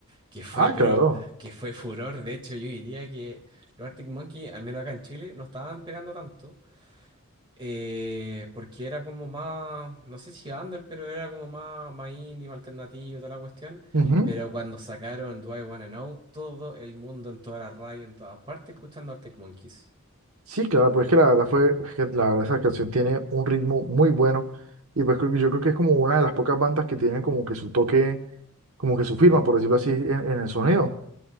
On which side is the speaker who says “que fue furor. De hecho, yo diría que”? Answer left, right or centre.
Right